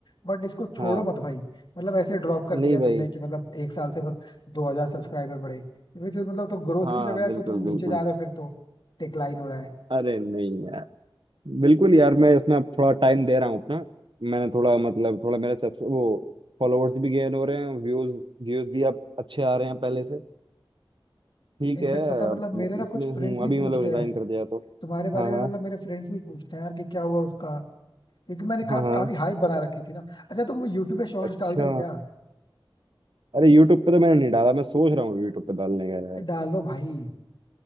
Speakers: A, on the left; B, on the right.
A: बट इसको छोड़ो
B: हाँ
A: मत भाई मतलब ऐसे ड्रॉप कर
B: नहीं
A: दिया
B: भाई
A: तुमने कि मतलब एक साल से बस दो हजार सब्सक्राइबर बढ़े फिर फिर मतलब तो ग्रोथ
B: हाँ
A: की जगह है
B: बिल्कुल
A: तो तुम नीचे
B: बिल्कुल
A: जा रहे हो फिर तो डिक्लाइन हो रहा है
B: अरे नहीं यार बिल्कुल यार मैं इसमें अब थोड़ा टाइम दे रहा हूँ अपना मैंने थोड़ा मतलब थोड़ा मेरे सब वो फॉलोअर्स भी गेन हो रहे हैं व्यूज व्यूज भी अब अच्छे आ रहे हैं पहले से ठीक
A: इनफेक्ट
B: है
A: पता है, मतलब
B: अब मैं
A: मेरे ना
B: इसमें
A: कुछ
B: हूँ
A: फ्रेंड्स भी
B: अभी
A: पूछते
B: मतलब रिजाइन
A: हैं
B: कर दिया तो
A: तुम्हारे बारे
B: हाँ
A: में
B: हाँ
A: मतलब मेरे फ्रेंड्स भी पूछते हैं यार कि क्या हुआ उसका क्योंकि मैंने का,
B: हाँ
A: काफी
B: हाँ
A: हाइप बना रखी थी ना अच्छा तुम यूट्यूब पे शॉर्ट्स
B: अच्छा
A: डालते हो क्या
B: अरे यूट्यूब पे तो मैंने नहीं डाला मैं सोच रहा हूँ यूट्यूब पे डालने का यार
A: डालो भाई